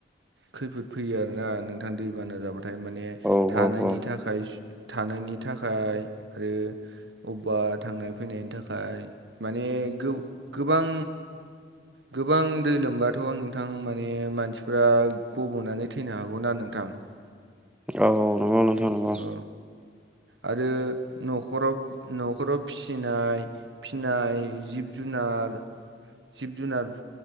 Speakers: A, on the right; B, in the centre.
A: खैफोद फैयो आरोना नोंथां दैबाना जाबा थाय माने
B: औ
A: थानायनि
B: औ
A: थाखाय सु थानायनि थाखाय आरो अबेबा थांनाय फैनायनि थाखाय माने गोब गोबां गोबां दै लोमबाथ' नोंथां। माने मानसिफ्रा गब'नानै थैनो हागौना नोंथां। <inaudible>
B: औ नोगौ नोंथां नंगौ।
A: औ आरो नखराव न'खराव फिसिनाय फिनाय जिब जुनार नार आरो। जिब जुनार